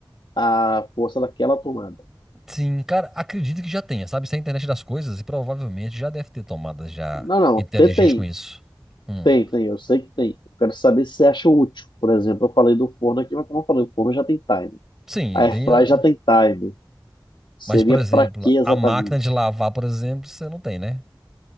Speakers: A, on the left; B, in the centre.
A: a força daquela tomada.
B: Sim, cara, acredito que já tenha, sabe? Se é a internet das coisas, e provavelmente já deve ter tomadas já
A: Não, não,
B: inteligentes
A: tentei.
B: com isso. Hum.
A: Tem, tem, eu sei que tem. Eu quero saber se você acha útil. Por exemplo, eu falei do forno aqui, mas como eu falei, o forno já tem time.
B: Sim,
A: A airfryer
B: tem, a-
A: já tem time. Seria
B: mas por exemplo,
A: para que exatamente?
B: a máquina de lavar, por exemplo, você não tem, né?